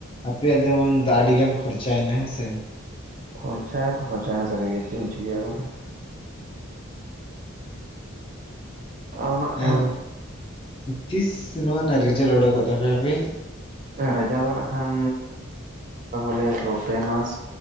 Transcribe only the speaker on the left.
ᱟᱯᱮᱭᱟᱜ ᱡᱮᱢᱚᱱ ᱟᱹᱰᱤ ᱜᱟᱱ ᱠᱷᱚᱨᱪᱟᱭᱮᱱᱟ ᱦᱮᱸ ᱥᱮ?
ᱟᱨ ᱛᱤᱥ ᱱᱚᱣᱟ ᱨᱮᱱᱟᱜ ᱨᱮᱡᱟᱞᱴ ᱩᱰᱩᱠᱚᱜ ᱛᱟᱯᱮᱭᱟ ᱟᱯᱮᱭᱟᱜ?